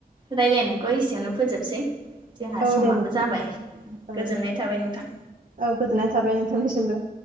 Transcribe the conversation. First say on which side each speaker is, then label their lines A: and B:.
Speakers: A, on the right; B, on the right.
A: रायलायनायखौ एसेयावनो फोजोबसै। जोंहा
B: औ
A: समाबो
B: दे नोंथां
A: जाबाय
B: दे औ
A: गोजोननाय थाबाय नोंथां।
B: औ गोजोननाय थाबाय नोंथांनिसिमबो।